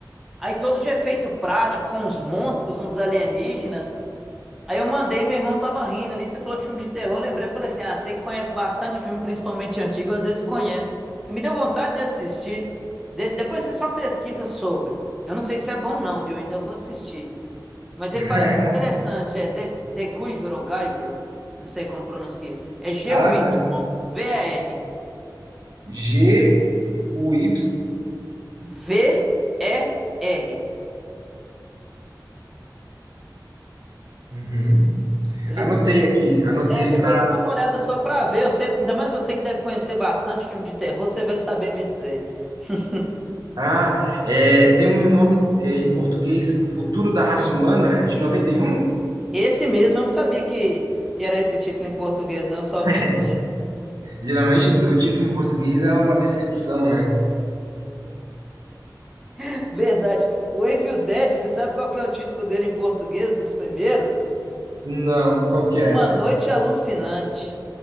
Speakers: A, in the centre; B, on the right.
A: Aí todo de efeito prático, com uns monstros, uns alienígenas. Aí eu mandei, meu irmão tava rindo ali, você falou de filme de terror, eu lembrei, eu falei assim, ah, você que conhece bastante filme, principalmente antigo, às vezes conhece. E me deu vontade de assistir. De- depois você só pesquisa sobre. Eu não sei se é bom não, viu? Eu ainda vou assistir. Mas ele
B: <laughs>
A: parece interessante, é The, The Guyver ou Guyver, não sei como pronuncia. É G-U-Y-V-E-R.
B: Ah, mas G-U-Y.
A: V-E-R.
B: Uhum.
A: Beleza?
B: Anotei aqui, anotei
A: É, depois
B: para.
A: você dá uma olhada só pra ver. Você, ainda mais você que deve conhecer bastante filme de terror, você vai saber me dizer. <laughs>
B: Ah, é, tem um nome é, em português, O Futuro da Raça Humana, é de 91?
A: Esse mesmo, eu não sabia que era esse título em português, não. Eu só
B: <laughs>
A: vi em inglês.
B: Geralmente o título em português é uma decepção, né?
A: <laughs> Verdade. O Evil Dead, você sabe qual que é o título dele em português dos primeiros?
B: Não, qual que
A: Uma
B: é?
A: Noite Alucinante.